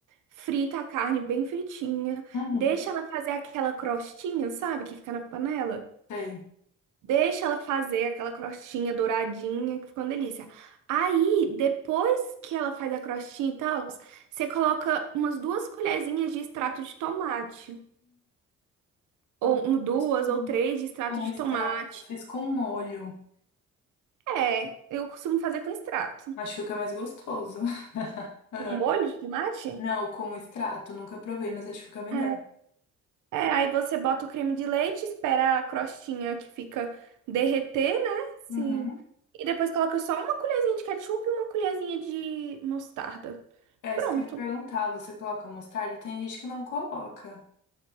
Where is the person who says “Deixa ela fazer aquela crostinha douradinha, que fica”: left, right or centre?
Right